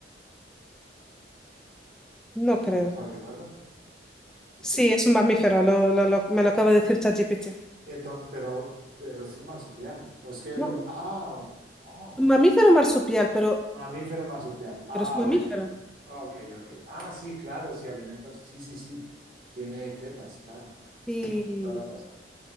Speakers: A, in the centre; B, on the right (about 50°).
A: no creo.
B: Podemos averiguarlo si
A: Sí,
B: quieres.
A: es un mamífero, lo, lo- lo- me lo acaba de decir ChatGPT.
B: Y entonces, pero, pero es un marsupial. O es que, el-
A: No,
B: ah, ok, no,
A: un mamífero marsupial, pero,
B: mamífero marsupial. Ah,
A: pero es un mamífero.
B: bueno, ok, ok. Ah, sí, claro, si alimentas, sí, sí, sí. Tiene tetas, claro,
A: Y,
B: toda la razón.